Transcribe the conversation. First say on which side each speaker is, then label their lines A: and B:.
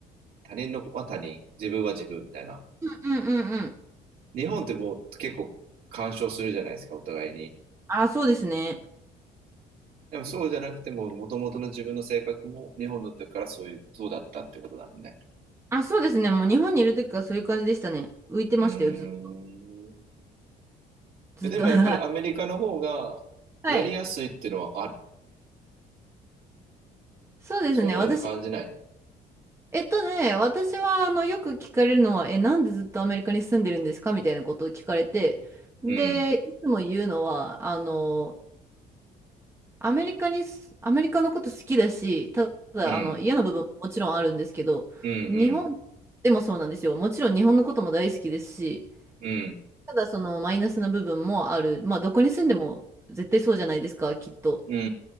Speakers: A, on the right (about 60°); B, on the right (about 15°).
A: 他人のは他人、自分は自分みたいな。
B: うんうんうんうん。
A: 日本ってもう結構干渉するじゃないですか、お互いに。
B: あ、そうですね。
A: でもそうじゃなくても、もともとの自分の性格も日本だったからそういう、そうだったってことなのね。
B: あ、そうですね。もう日本にいる時からそういう感じでしたね。浮いてましたよ、
A: うーん。
B: ず、ずっと。
A: えでもやっぱりアメリカの方がやりやすいっていうのはある。
B: <laughs> はい。はい。そうですね。
A: そんなの感じない。
B: 私、えっとね、私は、あの、よく聞かれるのは、え、なんでずっとアメリカに住んでるんですかみたいなことを聞かれて、で、
A: うん、
B: いつも言うのは、あの、アメリカにす、アメリカのこと好きだし、ただ、
A: うん、
B: あの、嫌な部分ももちろんあるんですけど、
A: うん、うん、
B: 日本でもそうなんですよ。もちろん日本のことも大好きですし、
A: うん、
B: ただそのマイナスな部分もある。まあ、どこに住んでも絶対そうじゃないですか、きっと。っ
A: うん、う